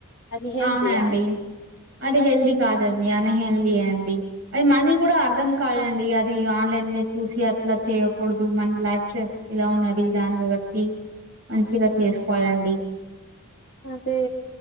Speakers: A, on the left; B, on the right.
A: అది హేల్దియా
B: అవునండి అది హేల్ది కాదంది అనహేల్ది అడి అది మనీ కూడా అర్థం కాలండి అది ఆన్లైన్ చూసి అట్లా చేయకూడదు మ లైఫ్లె ఇలా ఉన్నది దానిబట్టి మంచిగా చేసుకోవాలండి.
A: అదే